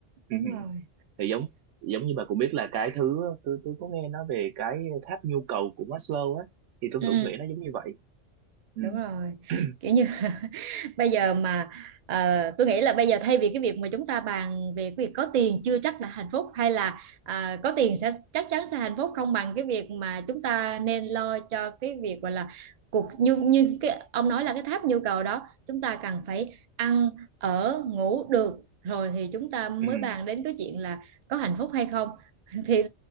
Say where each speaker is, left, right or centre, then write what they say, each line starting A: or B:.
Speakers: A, on the right; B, on the right.
A: <laughs>
B: Đúng rồi.
A: thì giống giống như bà cũng biết là cái thứ tôi tôi có nghe nói về cái tháp nhu cầu của Maslow á thì tôi
B: ừ
A: cũng nghĩ nó giống như vậy ừ
B: đúng rồi
A: <clears throat>
B: kiểu như <laughs> bây giờ mà ờ, tôi nghĩ là bây giờ thay vì cái việc mà chúng ta bàn về cái việc có tiền chưa chắc đã hạnh phúc hay là à, có tiền sẽ chắc chắn sẽ hạnh phúc không bằng cái việc mà chúng ta nên lo cho cái việc gọi là cuộc như như cái ông nói là cái tháp nhu cầu đó chúng ta cần phải ăn ở ngủ được rồi thì chúng ta mới
A: ừ
B: bàn đến cái chuyện là có hạnh phúc hay không <laughs> thì